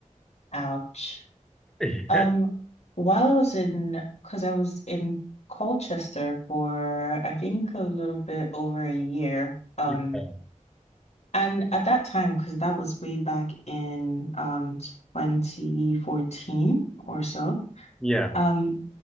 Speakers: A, on the left (about 60°); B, in the centre.
A: Ouch.
B: <laughs>
A: Um, while I was in, because I was in Colchester for, I think, a little bit over a year. Um,
B: Yeah.
A: and at that time, because that was way back in um 2014 or so.
B: Yeah.
A: Um,